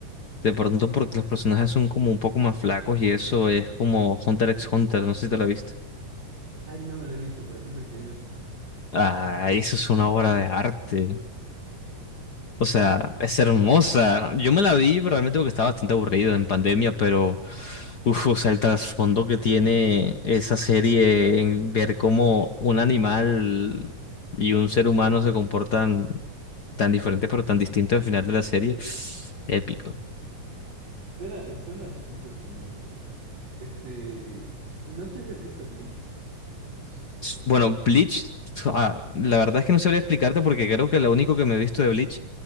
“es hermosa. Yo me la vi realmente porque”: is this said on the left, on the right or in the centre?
Left